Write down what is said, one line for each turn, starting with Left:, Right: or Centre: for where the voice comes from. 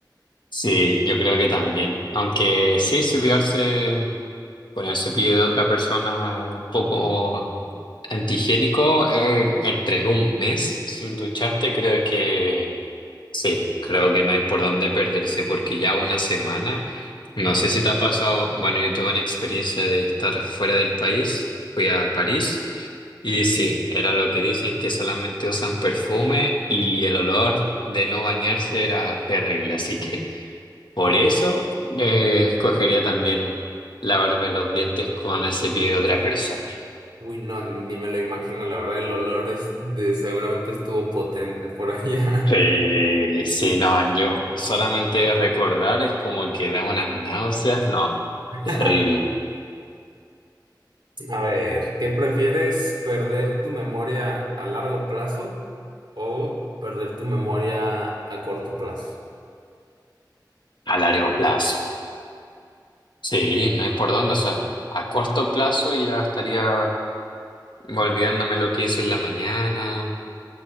Left: Sí, yo creo que también. Aunque sí, cepillarse con el cepillo de otra persona es un poco antihigiénico, eh, entre un mes sin ducharte, creo que Sí, creo que no hay por dónde perderse porque ya una semana, no sé si te ha pasado, bueno, yo tuve una experiencia de estar fuera del país, fui a París y sí, era lo que dicen que solamente usan perfume y el olor de no bañarse era terrible, así que por eso eh, escogería también lavarme los dientes con el cepillo de otra persona.
Right: Uy, no, ni me lo imagino. La verdad, el olor es de, seguramente estuvo potente por allá.
Left: Sí, sí, no, yo solamente de recordar es como que da unas náuseas, no,
Right: <laughs>
Left: terrible,
Right: A ver, ¿qué prefieres? ¿Perder tu memoria a largo plazo o perder tu memoria a corto plazo?
Left: a largo plazo. Sí, no hay por dónde, o sea, a corto plazo ya estaría olvidándome lo que hice en la mañana.